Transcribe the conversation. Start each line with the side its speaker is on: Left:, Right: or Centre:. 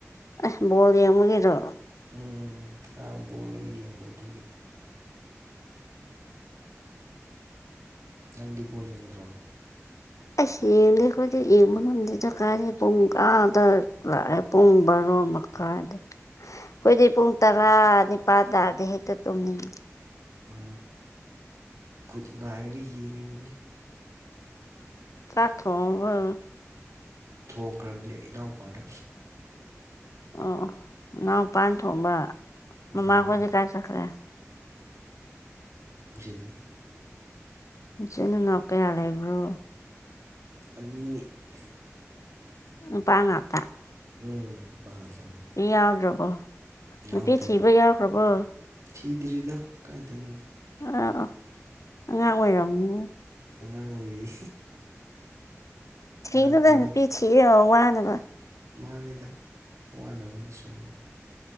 Left: ꯑꯦ ꯕꯣꯔꯗ ꯌꯦꯡꯉꯨꯒꯤꯔꯣ
Right: ꯎꯝ ꯉꯔꯥꯡ ꯕꯣꯜꯂ ꯌꯦꯡꯕꯗꯨꯒꯤ ꯅꯪꯗꯤꯕꯣꯜ ꯌꯦꯡꯗ꯭ꯔꯣ
Left: ꯑꯁꯗꯤ ꯏꯗ ꯀꯥꯦ ꯄꯨꯡ ꯑꯥꯗ ꯄꯨꯡ ꯕꯥꯔꯣ ꯃꯈꯥꯏꯗ ꯑꯩꯈꯣꯏꯗꯤ ꯄꯨꯡ ꯇꯔꯥ ꯅꯤꯄꯥꯜ ꯇꯥꯔꯗꯤ ꯍꯦꯛꯇ ꯇꯨꯝꯅꯤꯡꯉꯤ
Right: ꯎ ꯈꯨꯠ ꯉꯥꯏꯔꯒ ꯌꯦꯡꯉꯤꯕꯅꯤ
Left: ꯆꯥꯛꯈꯣ ꯑ
Right: ꯊꯣꯡꯈ꯭ꯔꯕꯅꯦ ꯑꯩ ꯏꯅꯥꯎꯄꯥꯅ
Left: ꯑꯣ ꯅꯎꯄꯥꯟ ꯊꯣꯡꯕ
Right: ꯎꯝ
Left: ꯃꯃꯈꯖꯤ ꯀꯥꯏ ꯆꯈ꯭ꯔꯦ
Right: ꯗꯤ
Left: ꯏꯆꯅ ꯅ ꯀꯩ ꯌꯥꯔ ꯂꯩꯕ꯭ꯔꯣ
Right: ꯑꯅꯤ
Left: ꯎ ꯄꯥꯡ ꯉꯇꯤ
Right: ꯎꯝ ꯃꯥ ꯉꯥꯛꯇꯅꯤ
Left: ꯌꯥꯎꯗ꯭ꯔꯕꯣ ꯅꯨꯄꯤ
Right: ꯌꯥꯎꯗꯦ
Left: ꯊꯩꯕ ꯌꯥꯈ꯭ꯔꯕꯨ
Right: ꯊꯤꯗ꯭ꯔꯤꯗ ꯀꯥꯏꯗꯩꯅꯣꯗ
Left: ꯑ ꯑꯉꯥꯡ ꯑꯣꯏꯔꯝꯅꯤ
Right: ꯑꯉꯥꯡ ꯑꯣꯏꯔꯤ
Left: ꯊꯤꯅꯨꯗ
Right: ꯑꯉꯥꯡ ꯑꯉꯥꯡ
Left: ꯅꯨꯄꯤ ꯊꯤꯔꯒ ꯋꯥꯅꯕꯅꯦ
Right: ꯃꯥꯅꯦꯗ ꯋꯥꯅꯕꯅꯤ ꯁꯨꯝꯃꯤ